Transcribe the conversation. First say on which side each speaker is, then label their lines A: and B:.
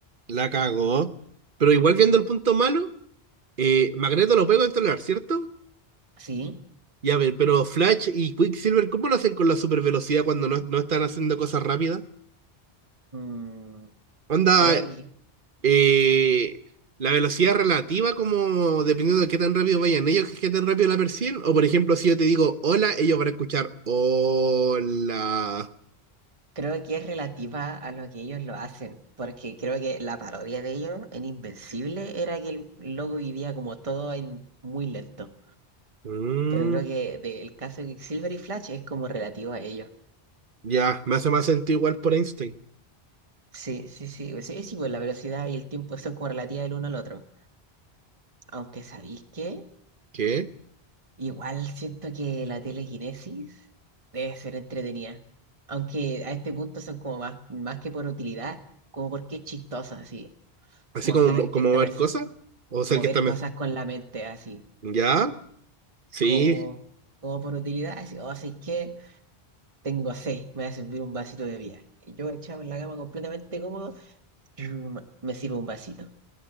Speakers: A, on the right; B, on the right.
A: La cagó. Pero igual viendo el punto malo, eh, Magneto lo puede controlar, ¿cierto?
B: Sí,
A: Y a ver, pero Flash y Quicksilver, ¿cómo lo hacen con la supervelocidad cuando no, no están haciendo cosas rápidas?
B: mm,
A: Onda,
B: creo que
A: eh, la velocidad relativa, como dependiendo de qué tan rápido vayan ellos, que qué tan rápido la perciben. O por ejemplo, si yo te digo hola, ellos van a escuchar hola.
B: Creo que es relativa a lo que ellos lo hacen, porque creo que la parodia de ellos en Invencible era que el loco vivía como todo en muy lento.
A: Mm,
B: Pero creo que del caso de Silver y Flash es como relativo a ellos.
A: ya, me hace más sentido igual por Einstein.
B: Sí, sí, sí, pues sí, sí, pues la velocidad y el tiempo son como relativas del uno al otro. Aunque sabéis que
A: ¿Qué?
B: igual siento que la telequinesis debe ser entretenida. Aunque a este punto son como más, más que por utilidad, como porque es chistosa, así,
A: Así
B: como
A: como,
B: saber
A: mo- como
B: qué está
A: mover
B: pasando.
A: cosas. O ser
B: mover
A: que está.
B: cosas
A: mes-
B: con la mente, así,
A: Ya, sí.
B: como, como por utilidad, así, o así que tengo sed, me voy a servir un vasito de bebida. Y Yo echado en la cama completamente cómodo, chum, me sirvo un vasito.